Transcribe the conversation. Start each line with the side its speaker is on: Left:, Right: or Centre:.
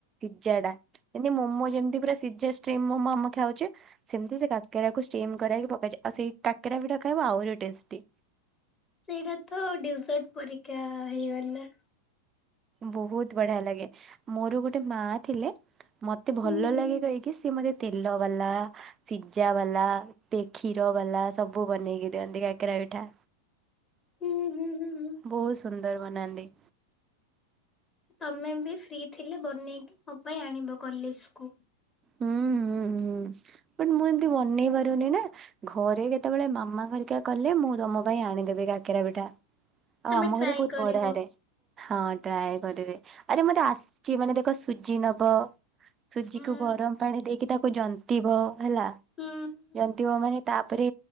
Right: <unintelligible> ଯେମତି ମୋମୋ ଯେମିତି ପୁରା ସିଯା ଷ୍ଟ୍ରିମ୍ ମୋମୋ ଆମେ ଖାଉଛେ ସେମିତି ସେ କାକେରାକୁ ଷ୍ଟିମ କରାହେଇକୀ ପକାଯାଏ। ଆଉ ସେଇ କାକେରା ପିଠା ଖାଇବ ଆହୁରି ଟେଷ୍ଟି।
Left: ସେଇଟା ତ ଡେଜର୍ଟ ପରିକା ହେଇଗଲା।
Right: ବହୁତ ବଢିଆ ଲାଗେ ମୋର ଗୋଟେ ମା ଥିଲେ ମତେ ମତେ ଭଲ
Left: ହୁଁ ହୁଁ
Right: ଲାଗେ କହିକି ସି ମତେ ତେଲ ବାଲା ସିଜା ବାଲା ତ କ୍ଷୀର ବାଲା ସବୁ ବନେଇକି ଦିଅନ୍ତି କକେରା ପିଠା।
Left: ହୁଁ ହୁଁ ହୁଁ ହୁଁ।
Right: ବହୁତ ସୁନ୍ଦର ବନାନ୍ତୀ।
Left: ତମେ ବି ଫ୍ରି ଥିଲେ ବନେଇକି ମୋ ପାଇଁ ଆଣିବ କଲେଜ୍ କୁ।
Right: ହୁଁ-ହୁଁ-ହୁଁ ବଟ୍ ମୁଁ ଏମତି ବନେଇ ପାରୁନି ନା। ଘରେ କେତେବେଳେ ମାମା ଘରିକା କଲେ ମୁଁ ତମ ପାଇଁ ଆଣିଦେବି କାକେରା ପିଠା। ଆଉ
Left: ତମେ
Right: ଆମ
Left: ଟ୍ରାଏ
Right: ଘରେ ବହୁତ
Left: କରିବ
Right: ବଢ଼ିଆରେ ହଁ ଟ୍ରାଏ କରିବେ ଆରେ ମତେ ଆସିଛି ମାନେ ଦେଖ ସୁଜି ନବ ସୁଜିକୁ
Left: ହୁଁ
Right: ଗରମ ପାଣି ଦେଇକି ତାକୁ ଜନ୍ତିବ ହେଲା।
Left: ହୁଁ। ହୁଁ
Right: ଜନ୍ତିବ ମାନେ ତାପରେ